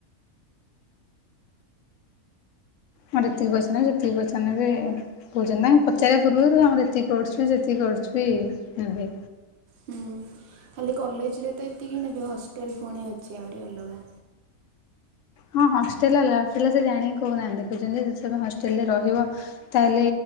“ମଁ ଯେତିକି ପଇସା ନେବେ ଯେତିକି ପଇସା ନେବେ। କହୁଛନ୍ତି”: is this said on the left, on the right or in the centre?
Left